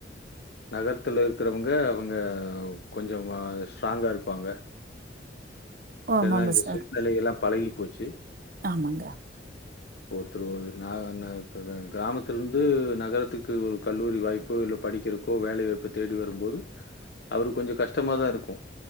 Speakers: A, on the left; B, on the right.
A: நகர் துல இருக்கறவங்க அவுங்க கொஞ்சோ ஸ்ட்ராங்கா இருப்பாங்க
B: ஆமாங்க
A: எல்லா இந்த
B: சார்.
A: சூழ்நிலை எல்லா பழகி போச்சி
B: ஆமாங்க
A: ஒருத்தர் ஒரு ந ந நா கிராமத்துல இருந்து நகரத்துக்கு ஒரு கல்லூரி வாய்ப்பு இல்ல படிக்கிறக்கோ வேலை வாய்ப்பு தேடி வரும்போது அவருக்கு கொஞ்சோ கஷ்டமாதா இருக்கோ